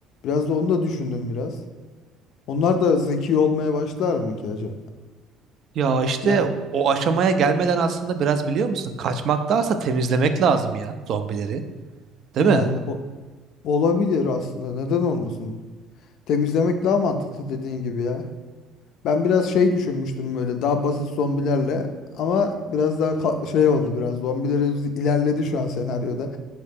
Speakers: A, on the left (about 65°); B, on the right (about 50°).
A: Biraz da onu da düşündüm biraz. Onlar da zeki olmaya başlar mı ki acaba?
B: Ya işte
A: Ya
B: o aşamaya gelmeden aslında biraz biliyor musun? Kaçmaktansa temizlemek lazım ya zombileri. Değil
A: Yani
B: mi?
A: o, olabilir aslında. Neden olmasın? Temizlemek daha mantıklı dediğin gibi ya. Ben biraz şey düşünmüştüm böyle daha basit zombilerle ama biraz daha ka- şey oldu biraz zombilere ilerledi şu an senaryoda.